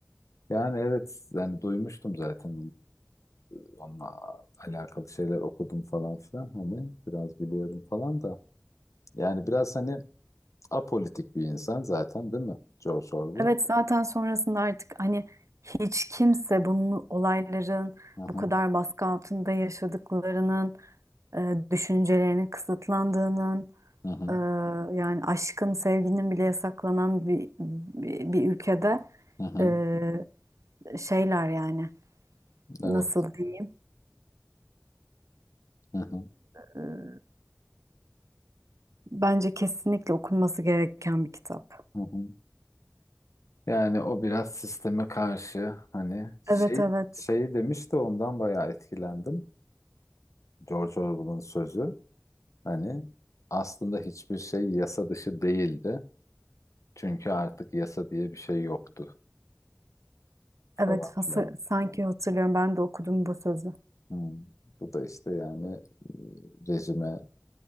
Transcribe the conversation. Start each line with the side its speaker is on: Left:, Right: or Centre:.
Left: Yani evet yani duymuştum zaten ee, onunla alakalı şeyler okudum falan filan hani biraz biliyorum falan da. Yani biraz hani Apolitik bir insan zaten değil mi? George Orwell.
Right: Evet zaten sonrasında artık hani hiç kimse bunun olayların
Left: Hı hı,
Right: bu kadar baskı altında yaşadıklarının, e, düşüncelerinin kısıtlandığının,
Left: hı hı,
Right: e, yani aşkın, sevginin bile yasaklanan bir, bir, bir ülkede
Left: hı hı.
Right: e, şeyler yani
Left: Evet.
Right: nasıl diyeyim?
Left: Hı hı,
Right: E, bence kesinlikle okunması gereken bir kitap.
Left: hı hı. Yani o biraz sisteme karşı hani şey
Right: Evet evet.
Left: şey demiş de ondan bayağı etkilendim. George Orwell'ın sözü hani aslında hiçbir şey yasa dışı değildi. Çünkü artık yasa diye bir şey yoktu falan
Right: Evet, fasa-
Left: filan.
Right: sanki hatırlıyorum ben de okudum bu sözü.
Left: Hı. Bu da işte yani e, rejime